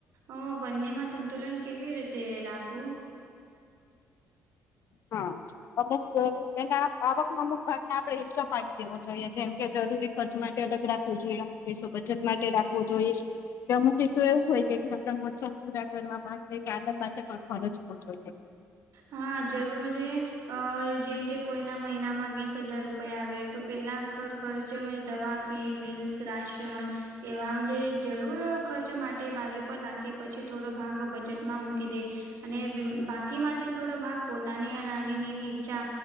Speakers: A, on the right (about 75°); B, on the left (about 60°).
A: અ બંનેમાં સંતુલન કેવી રીતે રાખવું?
B: હા. અમુક એના આવક ના અમુક ભાગને આપણે હિસ્સો પાડી દેવો જોઈએ જેમ કે જરૂરી ખર્ચ માટે અલગ રાખવો જોઈએ, પૈસો બચત માટે રાખવો જોઈએ. કે અમુક હિસ્સો એવું હોય કે જે આપડા મોજ શોખ પૂરા કરવા માટે કે આનંદ માટે પણ ખરચવો જોઈએ.
A: હા જરૂર મજે. અ જેમ કે કોઈના મહિનામાં વીસ હજાર રૂપિયા આવે તો પેલા ઘરખર્ચમાંથી દવા ફી, બિલ્સ, રાશન એવા જે જરૂર ખર્ચ માટે બાજુ પર રાખે, પછી થોડો ભાંગ બચતમાં મૂકી દે. અને બાકીમાંથી થોડો ભાગ પોતાની અને <unintelligible> ઈચ્છા